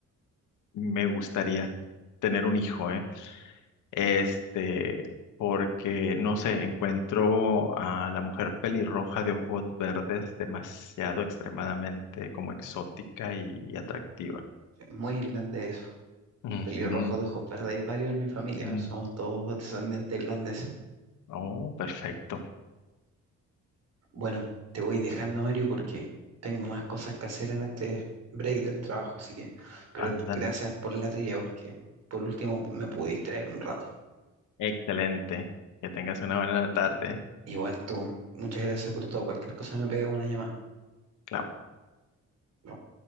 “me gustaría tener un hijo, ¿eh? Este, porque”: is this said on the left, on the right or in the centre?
Left